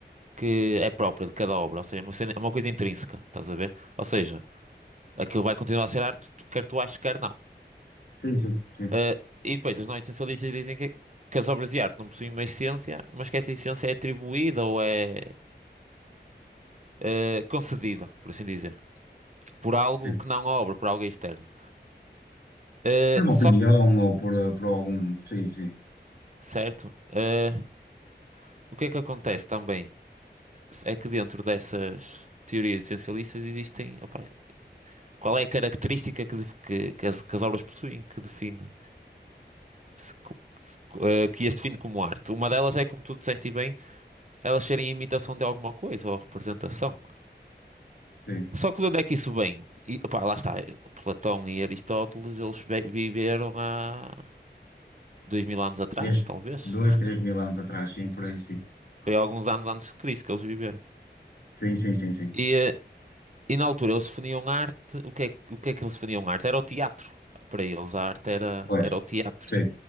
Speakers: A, on the right; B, on the left.
A: que é própria de cada obra, ou seja, é uma cena- é uma coisa intrínseca, estás a ver? Ou seja, aquilo vai continuar a ser arte, tu- quer tu aches, quer não.
B: Sim, sim, sim,
A: Ah, e depois, os não-essencialistas dizem que, que as obras de arte não possuem uma essência, mas que essa essência é atribuída ou é ah, concedida, por assim dizer, por algo
B: sim.
A: que não a obra, por algo externo. Ah,
B: Por uma
A: só
B: opinião
A: que,
B: ou por, eh, por algum. Sim, sim,
A: certo, ah, o que é que acontece também? É que dentro dessas teorias essencialistas existem, opá, Qual é a característica que, def- que- que as, que as obras possuem que define se co- se co- eh, que as define como arte? Uma delas é, como tu disseste e bem, elas serem imitação de alguma coisa ou representação.
B: sim.
A: Só que de onde é que isso vem? E, opá, lá está, Platão e Aristóteles, eles ve- viveram há dois mil anos atrás,
B: Desde
A: talvez.
B: dois, três mil anos atrás, sim, por aí, sim.
A: Foi alguns anos antes de Cristo que eles viveram.
B: Sim, sim, sim, sim.
A: E, eh, e na altura eles definiam arte, o que é, que- o que é que eles definiam arte? Era o teatro. Para eles a arte era,
B: Pois,
A: era o teatro,
B: sim.